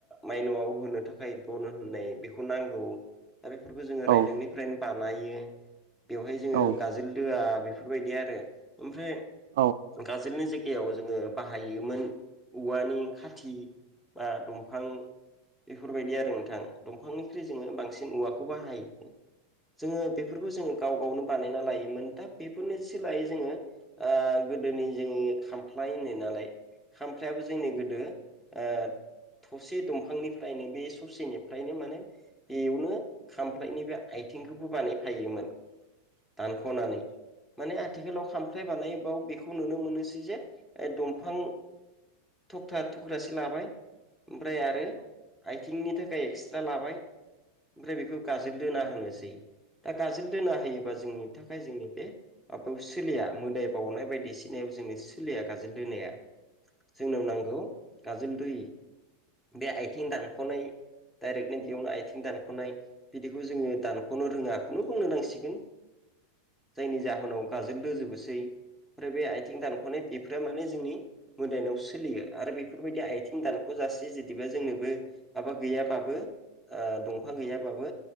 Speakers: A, in the centre; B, on the right.
A: मायनआव होनो थाखाय दन होननाय बेखौ नांगौ दा बेफोरखौ जोङो
B: औ
A: रायदोंनिफ्रायनो बानायो बेवहाय जोङो
B: औ
A: गाजोलदोआ बेफोरबायदि आरो ओमफ्राय
B: औ
A: गाजोलनि जायगायाव गायाव जोङो बाहायोमोन औवानि खाथि बा दंफां बेफोरबायदि आरो नोंथां दंफांनिख्रुइ जोङो बांसिन मुवाखौ बाहायो जोङो बेफोरखौ जोङो गाव गावनो बानायना लायोमोन दा बेफोरनिसोलायै जोङो गोदोनि जोङो खामफ्लाय होनो नालाय खामफ्लायाबो जोंनि गोदो ओ थसे दंफांनिफ्रायनो बे ससेनिफ्रायनो माने बेयावनो खामफ्लायनि बे आइ बिथिंखौबो बानायफायोमोन।
B: <inaudible>
A: दानख'नानै माने आथिखालाव खाम नायबाव बेखौ नुनो मोनोसै जे दंफां थबथा थुख्रासो लाबाय ओमफ्राय आरो आथिंनि थाखाय एक्सट्रा लाबाय ओमफ्राय बेखौ गाजोल दोना होनोसै दा गाज्रि दोना होयोबा जोंनि थाख खाय जोंनि बे माबायाव सोलिया। मोदाय बावनाय बायदिसिनायाव जोंनो सोलिया गाजोल दोनाया जोंनाव नांगौ गाजोलदु बे आथिं दानख'नाय डाइरेक्टनि बेयावनो आथिं दानख'नाय बिदिखौ जोङो दानख'नो रोङा खौनो बुंनो नांसिगोन। जायनि जाहोनाव गाजोलदो जोबोसै ओमफ्राय बे आथिं दानख'नाय दैफ माने जोंनि मोदायनायाव सोलियो आरो बेफ बेफोरबायदि आथिं दानखौ जासे जुदिबा जोंनोबो माबा गैयाबाबो दंफां गैयाबाबो